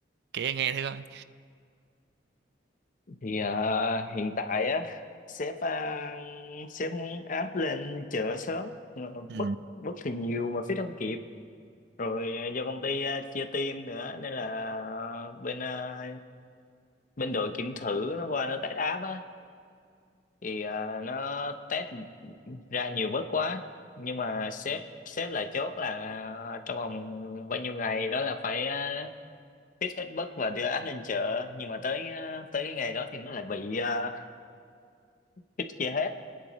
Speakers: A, on the right; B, on the left.
A: kể nghe thử coi.
B: thì ờ, hiện tại á sếp à, sếp muốn áp lên chợ sớm nhưng mà
A: Ừ,
B: bất bất thì nhiều mà phía không kịp rồi à, do công ty à, chia team nữa nên là à, bên à, bên đội kiểm thử nó qua nó test áp á thì à, nó test ra nhiều bớt quá nhưng mà sếp sếp là chốt là à, trong vòng bao nhiêu ngày đó là phải ờ, hít hết bất và đưa áp lên chợ nhưng mà tới ờ, tới cái ngày đó thì nó lại bị uh, hít chưa hết